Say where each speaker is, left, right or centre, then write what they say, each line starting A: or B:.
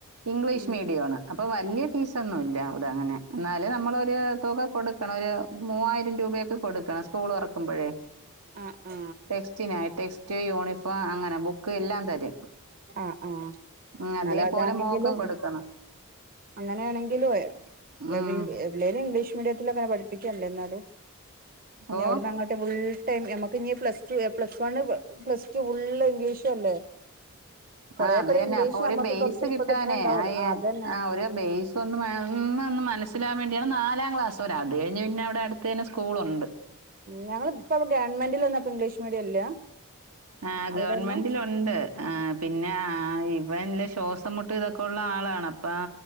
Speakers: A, on the right; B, on the right.
A: ഇംഗ്ലീഷ്
B: ഉം.
A: മീഡിയം ആണ് അപ്പം വലിയ ഫീസ്‌ ഒന്നൂല്ല അവിടെ അങ്ങനെ ന്നാ ഇത് നമ്മളൊര് തുക കൊടു ക്കണ ഒരു മൂവായിരം രൂ പയൊക്കെ കൊടുക്കണം സ്കൂൾ തുറക്കുമ്പോഴേ
B: ആ ആ
A: ടെക്സ്റ്റിനായി ടെക്സ്റ്റ് യൂണിഫോം അങ്ങനെ ബുക്ക് എല്ലാം തരും
B: ആ ആഹ്
A: ഉം. അതേപോലെ
B: നല്ലോം താണെങ്കിലും
A: മോക്കും കൊടുക്കണം.
B: അങ്ങനെയാണെങ്കിലും <unintelligible>
A: ഉം.
B: ഇംഗ്ലീഷ് മീഡിയത്തിൽ അങ്ങനെ പഠിപ്പിക്കല്ലേ ഇന്നാലും ഇനി
A: ഓഹ്?
B: അവിടന്ന് അങ്ങട്ട് ഫുൾ ടൈം ഞമക്ക് ഇഞ്ഞ് plus two plus one plus two full English അല്ലേ കൊറെേക്കുറെ
A: ആ അത് തന്നെ
B: ഇംഗ്ലീഷ്
A: അപ്പൊ ഒരു
B: നമുക്ക്
A: ബെയ്സ്
B: കുറച്ച്
A: കിട്ടാനേ
B: ഇപ്പൊ കിട്ടണണ്ടാവുള്ളൂ
A: ആ
B: അതന്നെ
A: ആ ഒരു ബെയ്സ് ഒന്ന് ഒന്ന് മനസ്സിലാ ക്കാൻ വേണ്ടിയാണ് നാലാം ക്ലാസ് വരെ അത് കഴിഞ്ഞ് പിന്നെ അവിടെ അടുത്ത് തന്നെ സ്കൂളുണ്ട്
B: ഞങ്ങൾപ്പം ഗവൺമെന്റിൽ നിന്നപ്പം ഇംഗ്ലീഷ് മീഡിയം ഇല്ല
A: ആ
B: അവിടെയൊന്നും
A: ഗവൺമെന്റിലുണ്ട് ആ പിന്നെ ആ ആ ഇവൻല് ശ്വാസം മുട്ട് ഇതൊക്കെ ഉള്ള ആളാണ് അപ്പ